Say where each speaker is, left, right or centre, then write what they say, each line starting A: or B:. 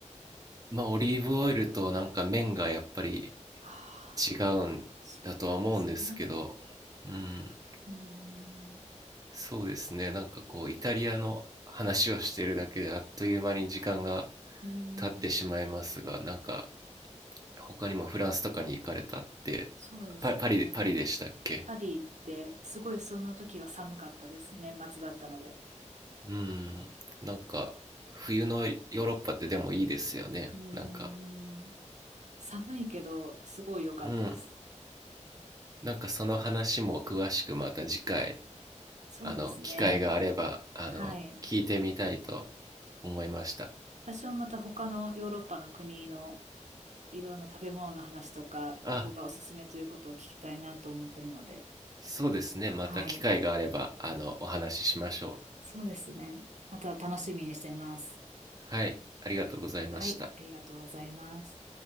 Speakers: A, on the right; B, on the right.
A: まあオリーブオイルとなんか麺がやっぱり
B: ああ、
A: 違うんだとは思うんですけど、
B: そうなんですね。
A: うん。
B: うん。
A: そうですね。なんかこうイタリアの話をしてるだけであっという間に時間が
B: うん。
A: 経ってしまいますが、なんか他にもフランスとかに行かれたって、
B: そうですね。
A: パ、パリで、パリでしたっけ
B: パリ行って、すごいその時は寒かったです。年末だったので。
A: うん。なんか、冬のヨーロッパってでもいいですよね。
B: うーん。
A: なんか、
B: 寒いけど、すごい良かったです。
A: うん。なんかその話も詳しくまた次回、
B: そうですね。
A: あの、機会があれば、あの、
B: はい。
A: 聞いてみたいと思いました。
B: 私はまた他のヨーロッパの国のいろんな食べ物の話とか、
A: あ、
B: ここがおすすめということを聞きたいなと思ってるので。
A: そうですね。また機会があれば、
B: はい。
A: あの、お話ししましょう。
B: そうですね。また楽しみにしてます。
A: はい。ありがとうございました。
B: はい。ありがとうございます。